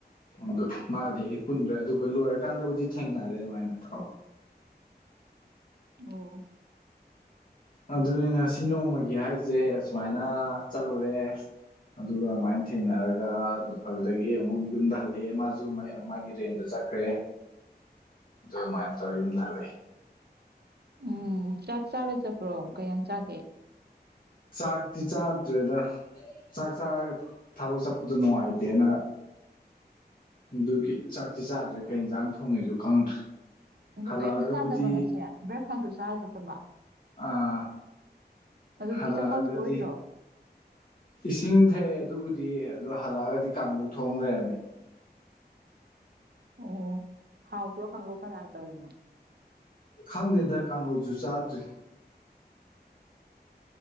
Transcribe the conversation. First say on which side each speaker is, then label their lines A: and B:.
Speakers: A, on the left; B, on the right.
A: ꯑꯗꯨ ꯃꯥꯒꯗꯤ ꯑꯩ ꯄꯨꯟꯗ꯭ꯔꯦ ꯑꯗꯨꯒ ꯂꯣꯏꯔꯀꯥꯟꯗꯕꯨꯗꯤ ꯊꯦꯡꯅꯔꯦ ꯑꯗꯨꯃꯥꯏꯅ ꯇꯧ
B: ꯑꯣ
A: ꯑꯗꯨꯅꯤ ꯉꯁꯤ ꯅꯣꯡꯃꯒꯤ ꯍꯥꯏꯁꯦ ꯑꯨꯃꯥꯏꯅ ꯆꯠꯂꯨꯔꯦ ꯑꯗꯨꯒ ꯑꯗꯨꯃꯥꯏꯅ ꯊꯦꯡꯅꯔꯒ ꯑꯗꯨꯗꯒꯤ ꯑꯃꯨꯛ ꯌꯨꯝꯗ ꯍꯜꯂꯛꯑꯦ ꯃꯥꯁꯨ ꯃꯥꯒꯤ ꯔꯦꯟꯗ ꯆꯠꯈ꯭ꯔꯦ ꯑꯗꯨ ꯑꯗꯨꯃꯥꯏꯅ ꯇꯧꯔꯦ ꯌꯨꯝꯗ ꯍꯜꯂꯛꯑꯦ
B: ꯎꯝ ꯆꯥꯛ ꯆꯥꯕ ꯆꯠꯄ꯭ꯔꯣ ꯀꯌꯥ ꯆꯥꯒꯦ
A: ꯆꯥꯛꯇꯤ ꯆꯥꯗ꯭ꯔꯦꯗ ꯆꯥꯛ ꯆꯥꯔꯒ ꯊꯕꯛ ꯆꯠꯄꯗꯣ ꯅꯨꯡꯉꯥꯏꯇꯦꯅ ꯑꯗꯨꯒꯤ ꯆꯥꯛꯇꯤ ꯆꯥꯗ꯭ꯔꯦ ꯀꯩ ꯌꯦꯟꯁꯥꯡ ꯊꯣꯡꯉꯦꯁꯨ ꯈꯪꯗ꯭ꯔꯦ
B: ꯑꯗꯨ
A: ꯍꯜꯂꯛꯑꯒꯕꯨꯗꯤ
B: ꯀꯩꯝꯇ ꯆꯥꯗꯕ ꯉꯁꯤ ꯕ꯭ꯔꯦꯛꯐꯥꯁꯁꯨ ꯆ ꯑꯗꯨꯝꯕ
A: ꯑꯥ
B: ꯑꯗꯨꯗꯤ
A: ꯍꯜꯂꯛꯑꯒꯗꯤ
B: ꯆꯥꯛꯈꯥꯎ ꯁꯣꯛꯑꯣꯏꯗ꯭ꯔꯣ
A: ꯏꯁꯤꯡ ꯇꯥꯛ ꯌꯦ ꯑꯗꯨꯕꯨꯗꯤ ꯑꯗꯣ ꯍꯜꯂꯛꯑꯒꯗꯤ ꯀꯥꯡꯒꯧ ꯊꯣꯡ ꯂꯩꯔꯝꯃꯦ
B: ꯑꯣ ꯍꯥꯎ ꯎꯣ ꯈꯪꯒꯣꯛ ꯀꯥꯅꯅ ꯇꯧꯔꯤꯅꯣ
A: ꯈꯪꯗꯦꯗ ꯀꯥꯡꯍꯧꯁꯨ ꯆꯥꯗ꯭ꯔꯤ <inaudible>